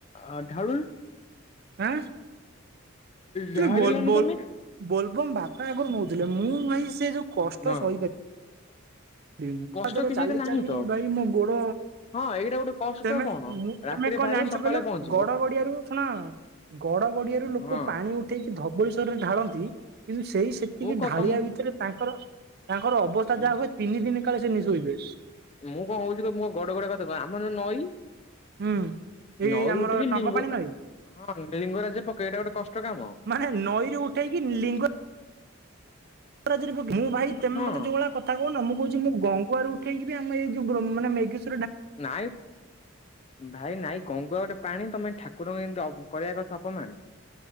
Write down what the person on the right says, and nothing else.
ଆଁ
ବୋଲବମ
ବାପା ଆଗରୁ ନଉଥିଲେ ମୁଁ ଭାଇ ସେ ଯୋଉ କଷ୍ଟ
ସହିପାରି ତା
ଦେରେ
ଚାଲି
ଚାଲି
ଭାଇ ମୋ ଗୋଡ
ତମେ
ମୁଁ
ତମେ କଣ
ଜାଣିଛୁ
କହିଲ
ଗଡ ଗଡିଆରୁ ଶୁଣ ଗଡ ଗଡିଆରୁ ଲୋକ
ପାଣି ଉଠେଇକି ଧବଳି୍୍ୱରରେ ଢାଳନ୍ତି କିନ୍ତୁ ସେଇ ସେତିକି
ଢାଳିଆ
ଭିତରେ ତାଙ୍କର ତାଙ୍କର ଅବସ୍ଥା
ଯାହା ହୁଏ ତିନି ଦିନ କାଳେ ସେ ନିଶୋଇଥିବେ
ହୁଁ। ଏଇ
ଆମର
ଟଙ୍କ ପାାଣି ନଈ
ମାନେ ନଈରୁ ଉଠେଇକି ଲିଙ୍ଗ <inaudible> ମୁଁ ଭାଇ ମତେ ମେତେ
ଜୋ ଭଳିଆ କଥ କଥା କହୁନ ମୁଁ କହୁଛି ମୁଁ ଗଁଙ୍ଗୁଆ ରୁ ଉଠେଇକି ଆମ ଏଇ ଯଉ <unintelligible> <inaudible>